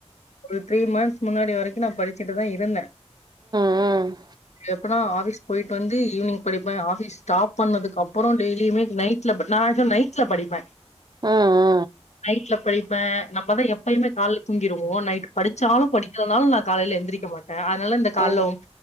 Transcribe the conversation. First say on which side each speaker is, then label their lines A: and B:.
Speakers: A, on the left; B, on the right.
A: ஒரு த்ரீ மந்த்ஸ் முன்னாடி வரைக்கு நா படிச்சுட்டுதா இருந்தே
B: ம்
A: எப்பனா ஆஃபீஸ் போயிட்டு வந்து ஈவினிங் படிப்பே ஆஃபீஸ் ஸ்டாப் பண்ணதுக்கு அப்பறோ டெய்லியுமே நைட் ல படி நா எப்பயு நைட்ல படிப்பே
B: ஓ ஓ
A: நைட்ல படிப்பே நம்பதா எப் எப்பயுமே கால்ல தூங்கிருவோ நைட் படிச்சாலு படிக்கலனாலு நா காலைல எந்திரிக்க மாட்டே அதுனால இந்த கால்ல
B: எ